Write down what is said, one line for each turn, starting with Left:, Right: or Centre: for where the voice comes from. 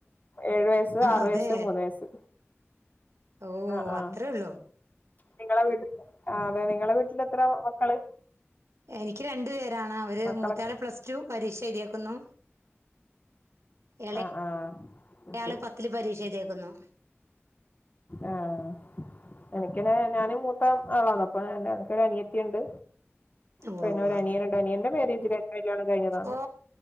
Left: ഏഴു വയസ്സ് ആറു
Right: അതെ
Left: വയസ്സ് മൂന്ന് വയസ്സ്
Right: ഓ
Left: ആ ആ
Right: അത്രേ ഉള്ളു
Left: നിങ്ങളെ വീട്ട ആ അതെ നിങ്ങള വീട്ടില് എത്ര മക്കള്
Right: എനിക്ക് രണ്ടു പേരാണ് അവര്
Left: മക്കളൊക്കെ
Right: മൂത്തയാള് പ്ലസ് ടു പരിശരിക്കുന്നു എള
Left: ആഹ് ആഹ്
Right: അയാള്
Left: ശരി
Right: പത്തില് പരീക്ഷ എ്തേക്കുന്നു
Left: ആഹ് എനിക്കന ഞാനും മൂട്ട ആളാന്ന അപ്പൊ എനക്ക് അനിയത്തിയ ഉണ്ട്
Right: ഉവ്വ
Left: പിന്നെ
Right: ഉവ്വ
Left: ഒരു അനിയനുണ്ട് അനിയന്റെ മാര്യേജില കല്യാണം കഴിഞ്ഞതാണ്
Right: ഓ